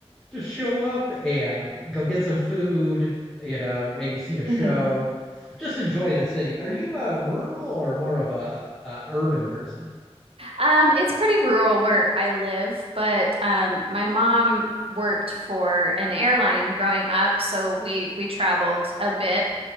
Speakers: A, in the centre; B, on the right.
A: just show up and go get some food, you know, maybe see a show,
B: Mhm.
A: just enjoy the city. Are you a rural or more of a, uh urban person?
B: Um, it's pretty rural where I live, but um, my mom worked for an airline growing up, so we we traveled a bit,